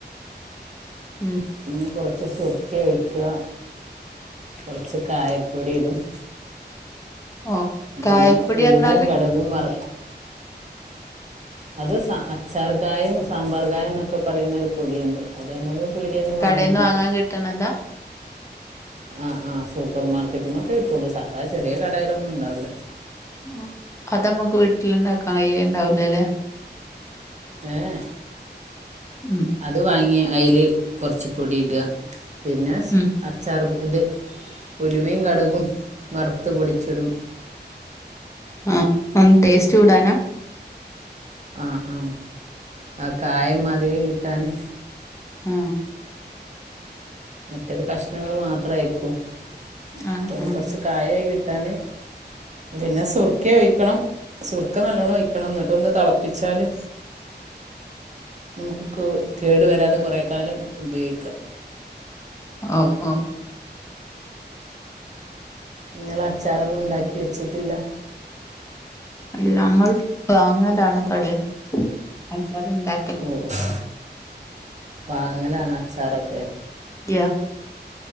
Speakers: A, on the left; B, on the right.
A: ഉം.
B: പിന്നെ കൊറച്ച് സുർക്ക്യ ഒഴിക്ക- കൊറച്ച് കായപ്പൊടി ഇടും-
A: ഓ കായപ്പൊടി
B: പിന്നെ ഉലുവയും
A: പറഞ്ഞാല്
B: കടകും വറ അത് സ അച്ചാർക്കായം സാമ്പാർ കായന്നൊക്കെ പറയുന്നൊരു പൊടിയുണ്ട് അതിയമ്മള് പീട്യേന്ന് വാങ്ങാൻ
A: കടേന്ന്
B: കിട്ടും.
A: കിട്ടണതാ
B: ആഹ് ആഹ് സൂപ്പർ മാർക്കറ്റ്ന്നൊക്കെ കിട്ടുള്ളു സാധാ ചെറിയ കടയിലൊന്നും ഉണ്ടാവൂല്ല.
A: അഹ് അതമ്മക്ക് വീട്ടിലിണ്ടാക്കാൻ കയ്യല്ണ്ടാവൂലല്ലേ?
B: എഹ്
A: ഉം
B: അത് വാങ്ങി അയില് കൊറച്ച് പൊടി ഇടാ- പിന്നെ സ്
A: ഉം
B: അച്ചാർ ഇത് ഉലുവയും കടുകും വറുത്ത് പൊടിച്ചിടും.
A: ആഹ് ഒന്ന് ടേസ്റ്റ് കൂടാനാ?
B: ആഹ് ആഹ് ആ കായം മധുരി കിട്ടാന്-
A: ആഹ്.
B: മറ്റേത് കഷണങ്ങൾ മാത്രായിരിക്കും
A: ആഹ്
B: അപ്പത്
A: ആഹ്
B: കുറച്ച് കായായി കിട്ടാന് പിന്നെ സുർക്ക്യ ഒയിക്കണം സുർക്ക നല്ലോണ്ണം ഒയിക്കണം എന്നിട്ട് ഒന്ന് തെളപ്പിച്ചാല് നമുക്ക് കേടു വരാതെ കൊറെ കാലം ഉപയോഗിക്കാം.
A: ഓഹ് ഓഹ്.
B: നിങ്ങളച്ചാറൊന്നും ഉണ്ടാക്കി വെച്ചിട്ടില്ല?
A: അല്ലമ്മൾ വാങ്ങതാണ് കടേന്ന് അച്ചാറണ്ടാ
B: ഓഹ് വാങ്ങലാണോ അച്ചാറൊക്കെ?
A: യാ.